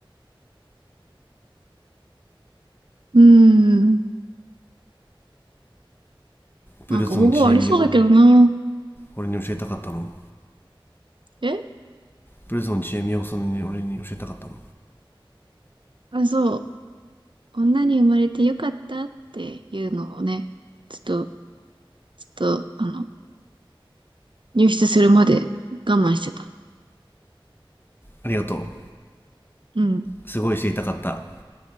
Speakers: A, on the right; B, on the left.
A: う。うーん。なんか方法ありそうだけどな。
B: ブルゾンちえみを俺に教えたかったの
A: え
B: ブルゾンちえみをそんなに俺に教えたかったの
A: あ、そう。女に生まれてよかったっていうのをね、ちょっと、ちょっと、あの、入室するまで我慢してた。
B: ありがと
A: うん。
B: うすごい知りたかった